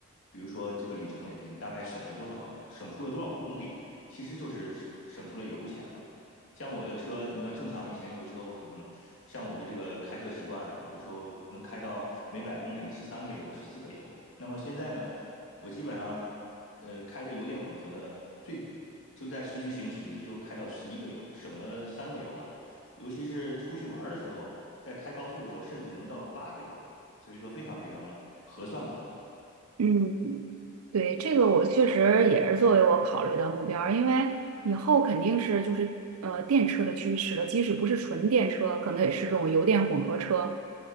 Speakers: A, on the left; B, on the right.
A: 比如说这个里程里边，你大概省了多少，省出了多少公里，其实就是省出了油钱嘛。像我的车，你说正常以前油车，我可能像我的这个开车习惯，有时候能开到每百公里十三个油、十四个油。那么现在呢，我基本上呃开着油电混合的最就在市区行驶，也就开到十一个油，省了三个油吧。尤其是出去玩的时候，在开高速的时候，甚至能到八个油，所以说非常非常合算吧。
B: 嗯，对，这个我确实也是作为我考虑的目标儿因为以后肯定是就是呃电车的趋势了，即使不是纯电车，可能也是这种油电混合车